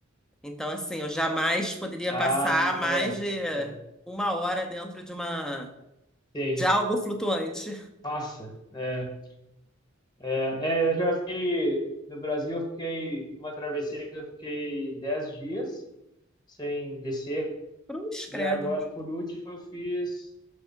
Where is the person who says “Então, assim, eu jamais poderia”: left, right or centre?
Centre